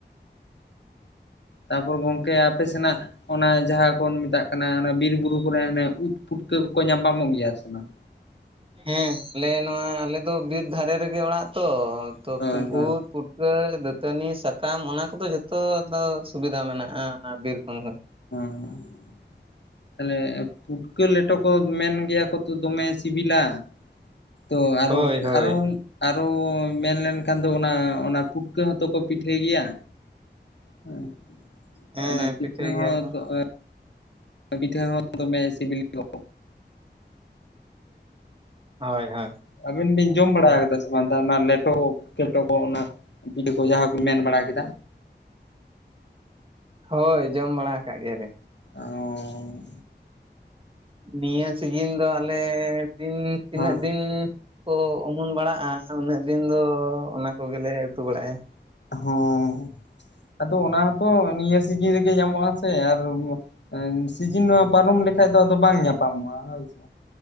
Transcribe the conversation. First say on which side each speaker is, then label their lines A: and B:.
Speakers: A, on the left (about 75°); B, on the right (about 30°).
A: ᱛᱟᱨᱯᱚᱨ ᱜᱚᱝᱠᱮ ᱟᱯᱮ ᱥᱮᱱᱟᱜ ᱚᱱᱟ ᱡᱟᱦᱟᱸ ᱠᱚᱱ ᱢᱮᱛᱟᱜ ᱠᱟᱱᱟ ᱚᱱᱟ ᱵᱤᱨ-ᱵᱩᱨᱩ ᱠᱚᱨᱮ ᱚᱱᱮ ᱩᱫ ᱯᱩᱴᱠᱟᱹ ᱠᱚᱠᱚ ᱧᱟᱯᱟᱢᱚᱜ ᱜᱮᱭᱟ ᱥᱮ ᱵᱟᱝ?
B: ᱦᱮᱸ, ᱟᱞᱮ ᱱᱚᱣᱟ ᱟᱞᱮ ᱫᱚ ᱵᱤᱨ ᱫᱷᱟᱨᱮ ᱨᱮ ᱜᱮ ᱚᱲᱟᱜ ᱛᱚ ᱛᱚ,
A: ᱦᱳᱭ
B: <unintelligible>
A: ᱦᱳᱭ
B: ᱩᱫ ᱯᱩᱴ ᱠᱟᱹ, ᱫᱟᱹᱛᱟᱹᱱᱤ, ᱥᱟᱠᱟᱢ ᱚᱱᱟ ᱠᱚ ᱫᱚ ᱡᱷᱚᱛᱚ ᱟᱫᱚ ᱥᱩᱵᱤᱫᱷᱟ ᱢᱮᱱᱟᱜᱼᱟ ᱚᱱᱟ ᱵᱤᱨ ᱠᱷᱚᱱ ᱦᱚᱸ᱾
A: ᱦᱩᱸ ᱛᱟᱞᱦᱮ ᱯᱩᱴᱠᱟᱹ ᱞᱮᱴᱚ ᱠᱚ ᱢᱮᱱ ᱜᱮᱭᱟ ᱠᱚ ᱛᱚ ᱫᱚᱢᱮ ᱥᱤᱵᱤᱞᱟ᱾ ᱛᱚ ᱟᱨᱚ
B: ᱦᱳᱭ ᱦᱳᱭ
A: ᱟᱨᱚᱱ ᱟᱨᱚ ᱢᱮᱱᱞᱱᱠᱷᱟᱱ ᱫᱚ ᱚᱱᱟ ᱚᱱᱟ ᱯᱩᱴᱠᱟᱹ ᱦᱚᱸᱛᱚ ᱠᱚ ᱯᱤᱴᱷᱟᱹᱭ ᱜᱮᱭᱟ᱾ <unintelligible>
B: ᱦᱮᱸ
A: ᱮ ᱚᱱᱟ ᱯᱤᱛᱷᱟᱹ
B: ᱯᱤᱴᱷᱟᱹᱭ
A: ᱦᱚᱸ
B: ᱜᱮᱭᱟ ᱠᱚ
A: ᱛᱚ ᱮᱸ ᱯᱤᱴᱷᱟ ᱦᱚᱸ ᱫᱚᱢᱮ ᱥᱤᱵᱤᱞ ᱜᱚᱫ
B: ᱦᱚᱭ ᱦᱚᱭ᱾
A: ᱟᱹᱵᱤᱱ ᱵᱤᱱ ᱡᱚᱢ ᱵᱟᱲᱟ ᱟᱠᱟᱫᱟ ᱥᱮ ᱵᱟᱝ ᱛᱟ ᱚᱱᱟ ᱞᱮᱴᱚ ᱠᱮᱴᱚ ᱠᱚ ᱚᱱᱟ <unintelligible> ᱠᱚ ᱡᱟᱦᱟᱸ ᱠᱩᱧ ᱢᱮᱱ ᱵᱟᱲᱟ ᱠᱮᱫᱟ?
B: ᱦᱳᱭ ᱡᱚᱢ ᱵᱟᱲᱟ ᱟᱠᱟᱫ ᱜᱮᱭᱟᱞᱤᱧ᱾
A: ᱚᱸᱻ
B: ᱱᱤᱭᱟᱹ ᱥᱤᱡᱤᱱ ᱫᱚ ᱟᱞᱮ ᱛᱤᱱ ᱛᱤᱱᱟᱹᱜ
A: ᱦᱳᱭ
B: ᱫᱤᱱᱻ ᱠᱚ ᱚᱢᱩᱱ ᱵᱟᱲᱟᱜᱼᱟ ᱩᱱᱟᱹᱜ ᱫᱤᱱ ᱫᱚ ᱚᱱᱟ ᱠᱚᱜᱮᱞᱮ ᱩᱛᱩ ᱵᱟᱲᱟᱭᱟ᱾
A: ᱦᱚᱸ ᱟᱫᱚ ᱚᱱᱟ ᱦᱚᱸᱛᱚ ᱱᱤᱭᱟᱹ ᱥᱤᱡᱤᱱ ᱨᱮᱜᱮ ᱧᱟᱢᱚᱜ ᱟ ᱥᱮ ᱟᱨ ᱱ ᱥᱤᱡᱤᱱ ᱱᱚᱣᱟ ᱯᱟᱨᱚᱢ ᱞᱮᱠᱷᱟᱡ ᱫᱚ ᱟᱫᱚ ᱵᱟᱝ ᱧᱟᱯᱟᱢᱚᱜᱼᱟ ᱦᱳᱭᱥᱮ᱾